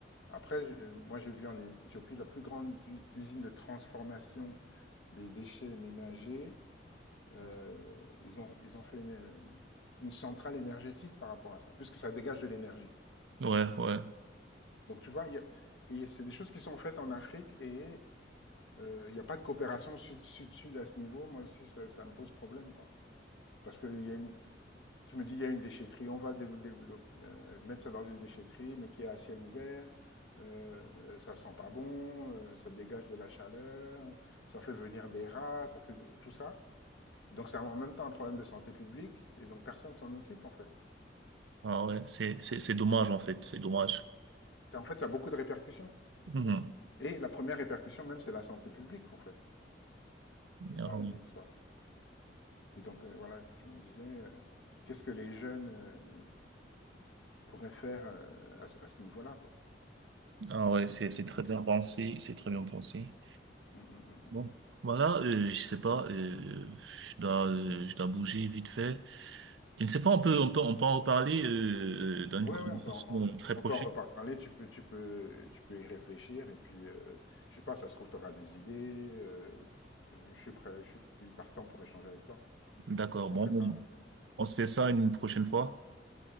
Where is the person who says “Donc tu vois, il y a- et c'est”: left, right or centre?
Left